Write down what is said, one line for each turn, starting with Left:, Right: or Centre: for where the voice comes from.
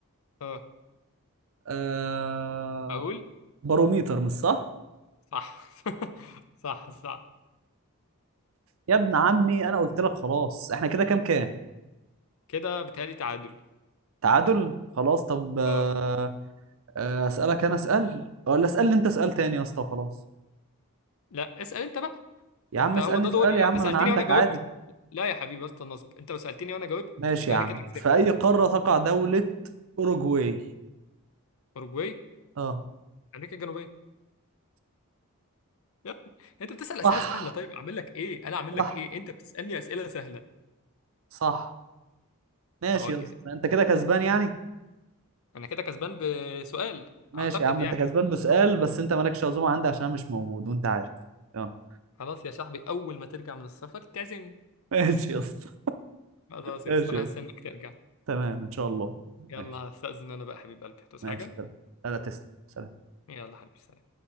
Left: أه
Right: آه...
Left: أقول
Right: باروميتر مش صح
Left: صح <laughs> صح صح
Right: يا ابن عمي انا قلت لك خلاص احنا كده كام كام
Left: كده بيتهيألي تعادل
Right: تعادل خلاص طب آه،
Left: أه
Right: آه، اسالك انا اسال ولا اسالني انت اسال تاني يا اسطى وخلاص
Left: لا اسأل أنت بقى
Right: يا
Left: أنت
Right: عم اسالني
Left: هو ده
Right: اسال
Left: دوري
Right: يا
Left: لو
Right: عم
Left: أنت
Right: من
Left: سألتني
Right: عندك
Left: وأنا جاوبت
Right: عادي
Left: لا يا حبيبي بس النصب أنت لو سألتني وأنا جاوبت
Right: ماشي
Left: يبقى
Right: يا عم
Left: أنا كده كسبت
Right: في اي قاره تقع دوله اوروجواي
Left: أوروجواي
Right: اه
Left: أمريكا الجنوبية يا ابني انت بتسأل اسئله
Right: صح
Left: سهله طيب اعمل لك ايه انا اعمل لك
Right: صح
Left: ايه انت بتسألني اسئله سهله
Right: صح ماشي
Left: ما هو
Right: يا اسطى انت كده كسبان يعني
Left: انا كده كسبان بسؤال
Right: ماشي
Left: اعتقد
Right: يا عم
Left: يعني
Right: انت كسبان بسؤال بس انت مالكش عزومه عندي عشان انا مش موجود وانت عارف يلا
Left: خلاص يا صاحبي اول ما ترجع من السفر تعزمني
Right: <laughs> ماشي يا اسطى
Left: خلاص يا
Right: ماشي
Left: اسطى انا
Right: يا اسطى
Left: هستناك ترجع
Right: تمام ان شاء الله
Left: يلا
Right: ماشي
Left: هستأذن انا بقى حبيب قلبي هتوس
Right: ماشي
Left: حاجه
Right: سلام لا لا تسلم سلام
Left: يلا حبيبي سلام